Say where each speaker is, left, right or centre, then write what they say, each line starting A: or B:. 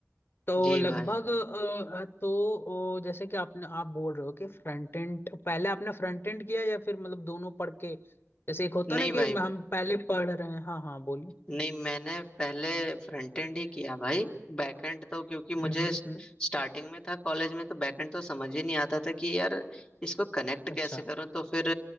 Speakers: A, on the left; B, on the left.
A: तो
B: जी
A: लगभग
B: भाई
A: अ, अ, तो अ, जैसे कि आपने आप बोल रहे हो कि फ्रंट एंड पहले आपने फ्रंट एंड किया या फिर मतलब दोनों पढ़ के जैसे एक होता
B: नहीं
A: ना
B: भाई
A: कि हम पहले पढ़ रहे हैं हाँ हाँ बोलिए
B: नहीं मैंने पहले फ्रंट एंड ही किया भाई बैक एंड तो क्योंकि मुझे
A: हम्म हम्म
B: स्टार्टिंग
A: हम्म
B: में था कॉलेज में तो बैक एंड तो समझ ही नहीं आता था कि यार इसको कनेक्ट
A: अच्छा
B: कैसे करूं तो फिर